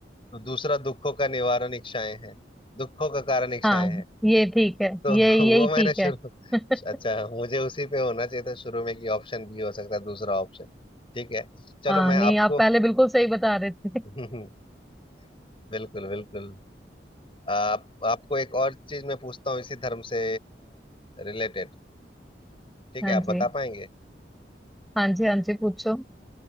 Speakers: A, on the left (about 30°); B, in the centre.
A: तो दूसरा दुखों का निवारण इच्छाएं हैं दुखों का कारण इच्छाएं
B: हाँ
A: हैं
B: ये ठीक है
A: तो <laughs>
B: ये यही
A: वो
B: ठीक
A: मैंने शुरू
B: है <laughs>
A: <laughs> अच्छा मुझे उसी पे होना चाहिए था शुरू में कि ऑप्शन बी हो सकता है दूसरा ऑप्शन ठीक है चलो
B: हाँ
A: मैं
B: नहीं
A: आपको
B: आप पहले बिल्कुल सही बता रहे थे
A: <laughs> बिल्कुल बिल्कुल आप आपको एक और चीज मैं पूछता हूँ इसी धर्म से रिलेटेड ठीक
B: हाँ
A: है आप
B: जी
A: बता पाएंगे
B: हाँ जी हाँ जी पूछो